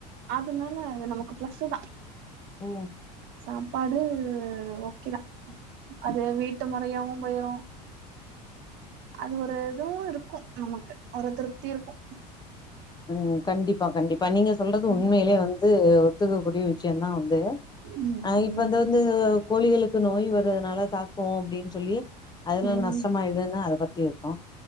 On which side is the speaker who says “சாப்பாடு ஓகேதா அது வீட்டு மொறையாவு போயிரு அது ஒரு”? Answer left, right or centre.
Right